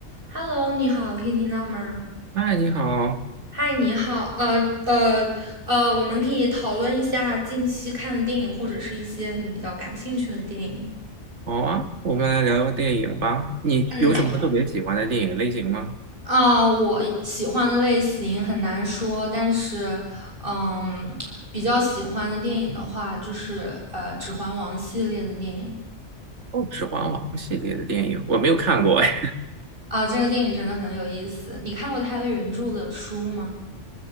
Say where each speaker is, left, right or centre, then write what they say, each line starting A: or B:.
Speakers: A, on the right; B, on the right.
A: Hello，你好，可以听到吗？
B: 嗨，你好，
A: 嗨，你好，呃呃呃，我们可以讨论一下近期看的电影，或者是一些你比较感兴趣的电影。
B: 好啊，我们来聊聊电影吧。你有什么特别喜欢的电影类型吗？
A: 嗯，啊、我喜欢的类型很难说，但是，嗯，比较喜欢的电影的话，就是呃《指环王》系列的电影
B: 哦，《指环王》系列的电影我没有看过，哎，
A: 啊、这个电影真的很有意思。你看过它的原著的书吗？